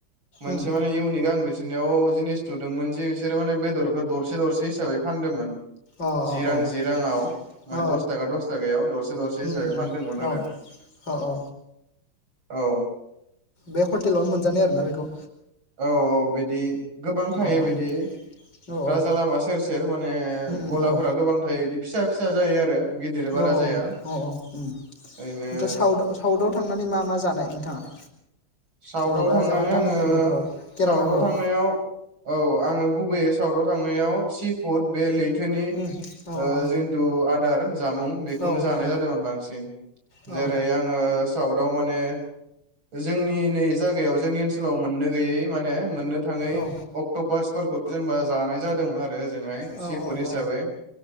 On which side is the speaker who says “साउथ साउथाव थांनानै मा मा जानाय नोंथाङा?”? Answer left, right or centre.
Left